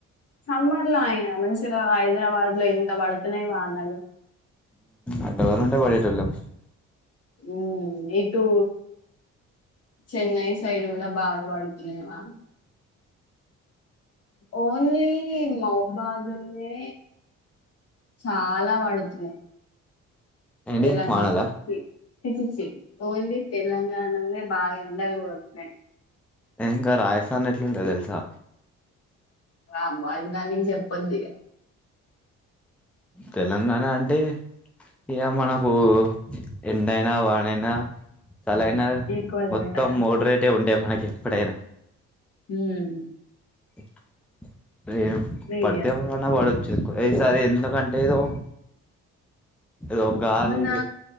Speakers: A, on the left (about 55°); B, in the centre.
A: సమ్మర్ లో అయినా మంచిగా హైదరాబాద్ లో ఇంత పడుతున్నాయ వాన నలు
B: అంటవర ఉంటే పడిటొల్లం
A: ఉ ఏటు చెన్నై సైడ్ కూడా బాగా పడుతున్నాయివా ఓన్లీ మఉబాద్ ల్ నే చాలా వడుతున్నాయి
B: ఏంటి
A: తెలంగాణ
B: మానాలా
A: ఈ పిచ్చి ఓన్లీ తెలంగాణ ల్నే బాగా ఎండాలు కొడుతున్నాయి
B: ఏంకా రాయస్తాన్ ఎట్లుంటది తెలుసా
A: రా మ ఇంకానికి చెప్పంది
B: తెలంగాణ అంటే ఇక మనకు ఎండైనా వానైనా సలైన
A: ఈక్వల్
B: మొత్తం
A: ఉంటదని
B: మోడరేటే ఉండే మనకి ప్పు డేనా
A: హ్మ్
B: <inaudible> రేను
A: మీడియా
B: పడితే పోన్నా పడొచ్చు ఈసారి ఎందుకంటే ఏదొ ఏదో గాలిద
A: మొన్న